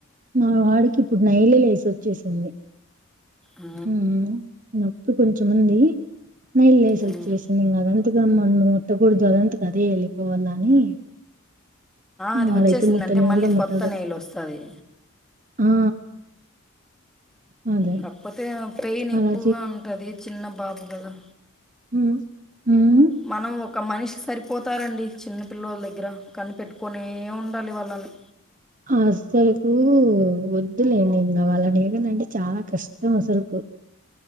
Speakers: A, on the right; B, in the centre.
A: మా వాడికి ఇప్పుడు నైలే లేసి వచ్చేసింది
B: ఆ,
A: మ్ ఇప్పుడు కొంచెంముంది నెయిల్ లేసొచ్చేసింది
B: ఉమ్.
A: ఇంకా ఇదుగా మన ముట్ట కూడా అదంతా కదే వెళ్ళిపోవాల అని
B: అది
A: వాడైతే
B: వచ్చేసిందంటే
A: ముట్టనే
B: మళ్ళీ
A: కూడా ముట్టడు
B: కొత్త నైలు వస్థాది
A: ఆ ఆ అదే
B: కాకపోతే పెయిన్
A: అలా
B: ఎక్కువగా ఉంటది చిన్న బాబు కదా
A: మ్ మ్
B: మనం ఒక మనిషి సరిపోతారండి చిన్న పిల్లొల్ల దగ్గర కనిపెట్టుకునే ఉండాలి వాళ్ళని
A: అసలుకు వద్దులేండి ఇంకా వాళ్ళ ఏమన్నాంటే చాలా కష్టం అస్సలుకు